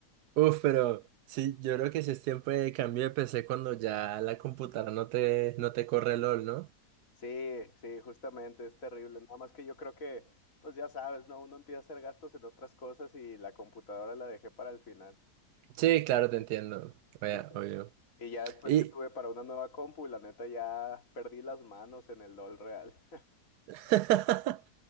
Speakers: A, on the right; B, on the left.
A: Uf, pero sí, yo creo que si es tiempo de cambio de PC cuando ya la computadora no te, no te corre LOL, ¿no?
B: Sí, sí, justamente, es terrible. Nada más que yo creo que, pues ya sabes, ¿no? Uno empieza a hacer gastos en otras cosas y la computadora la dejé para el final.
A: Sí, claro, te entiendo. Oye,
B: Y,
A: obvio.
B: y ya después
A: Y
B: que tuve para una nueva compu, la neta ya perdí las manos en el LOL real.
A: <laughs>